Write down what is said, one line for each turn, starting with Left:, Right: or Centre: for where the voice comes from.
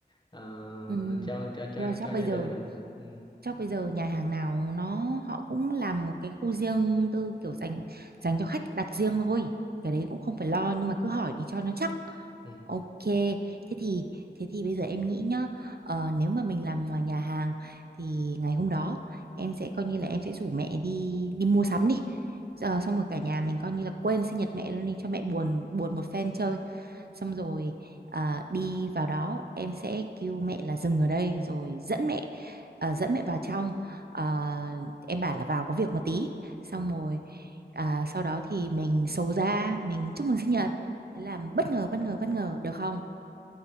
Left: ờ,
Right: Ừ.
Left: cho cho cho
Right: Nhưng mà chắc
Left: cho
Right: bây
Left: gia
Right: giờ
Left: đình mình ừ.
Right: chắc bây giờ nhà hàng nào nó họ cũng làm một cái khu riêng tư kiểu dành dành cho khách đặt riêng thôi. Cái đấy cũng không phải lo nhưng mà cứ hỏi đi cho nó chắc.
Left: Ừ.
Right: Ok, thế thì thế thì bây giờ em nghĩ nhá, ờ, nếu mà mình làm ngoài nhà hàng thì ngày hôm đó em sẽ coi như là em sẽ rủ mẹ đi đi mua sắm đi. Ờ, xong rồi cả nhà mình coi như là quên sinh nhật mẹ luôn đi cho mẹ buồn buồn một phen chơi xong rồi à, đi vào đó em sẽ kêu mẹ là dừng ở đây rồi dẫn mẹ à, dẫn mẹ vào trong À, em bảo là vào có việc một tí xong rồi à, sau đó thì mình sầu ra mình chúc mừng sinh nhật thế là bất ngờ bất ngờ bất ngờ được không